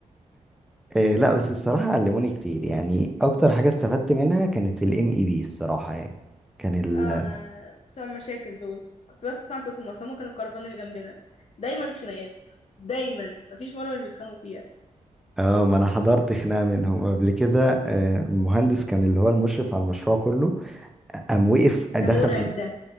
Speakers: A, in the centre; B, on the left (about 50°).
A: إيه لا بس الصراحة علموني كتير يعني أكتر حاجة استفدت منها كانت ال MEB الصراحة يعني كان ال
B: اه انا بتوع المشاكل دول كنت بسمع صوتهم اصلا هما كانوا الكرفان اللي جنبنا دايما خناقات دايما مفيش مره مش بيتخانقوا فيها
A: اه ما أنا حضرت خناقة منهم قبل كده آه، المهندس كان اللي هو المشرف على المشروع كله قام وقف دخل
B: ده مرعب
A: ال-
B: ده